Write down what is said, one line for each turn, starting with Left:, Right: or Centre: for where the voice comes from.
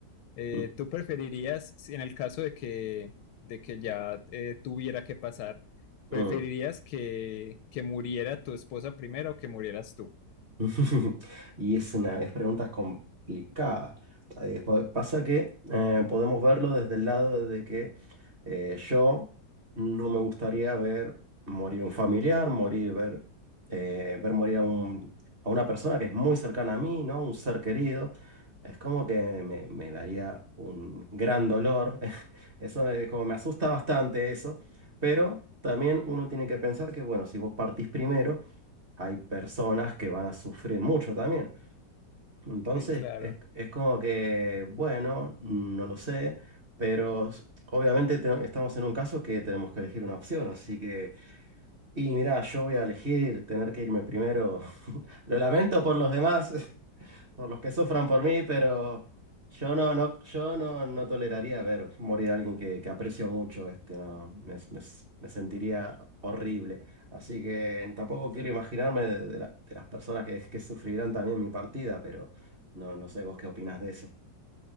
Left: Eh,
Right: Mm.
Left: ¿tú preferirías, si en el caso de que, de que ya eh, tuviera que pasar, preferirías
Right: mm.
Left: que, que muriera tu esposa primero o que murieras tú?
Right: <laughs> Y es una es pregunta complicada. Eh, pa- pasa que eh, podemos verlo desde el lado de que eh, yo no me gustaría ver morir un familiar, morir, ver, eh, ver morir a un- a una persona que es muy cercana a mí, ¿no? Un ser querido. Es como que me, me daría un gran dolor. <laughs> Eso es como me asusta bastante eso. Pero también uno tiene que pensar que, bueno, si vos partís primero hay personas que van a sufrir mucho también. Entonces,
Left: Sí, claro.
Right: es, es como que, bueno, no lo sé, pero s- obviamente te- estamos en un caso que tenemos que elegir una opción, así que, y mira, yo voy a elegir tener que irme primero. <laughs> Lo lamento por los demás, <laughs> por los que sufran por mí, pero yo no, no, yo no, no toleraría ver morir a alguien que, que aprecio mucho, este, no, me, me- me sentiría horrible. Así que tampoco quiero imaginarme de, de la- de las personas que, que sufrirán también mi partida, pero no, no sé vos qué opinás de eso.